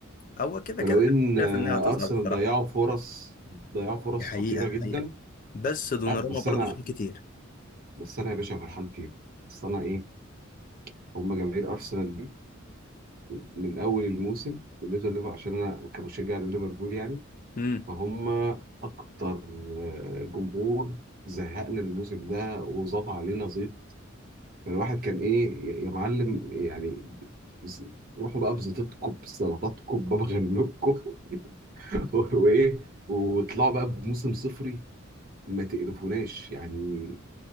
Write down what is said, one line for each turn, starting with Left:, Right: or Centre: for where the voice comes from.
Left: هو كده
Right: ولو
Left: كده
Right: ان
Left: أنا شايف
Right: آه،
Left: انها هتصعد
Right: ارسنال
Left: الصراحه
Right: ضيعوا فرص ضيعوا فرص
Left: دي حقيقه
Right: خطيره
Left: حقيقه
Right: جدا
Left: بس دوناروما
Right: آه بس
Left: برضه
Right: انا
Left: شال كتير
Right: بس انا يا باشا فرحان فيهم بس انا ايه هم جماهير ارسنال من اول الموسم بالنسبه لليفر عشان انا كمشجع لليفربول يعني
Left: امم
Right: فهم اكتر آه، جمهور زهقنا الموسم ده وظبط علينا زيط فالواحد كان ايه يا معلم يعني ز- روحوا بقى بزيطتكم بسلطاتكم بمغلوبكم <laughs> وايه وطلعوا بقى بموسم صفري ما تقرفوناش يعني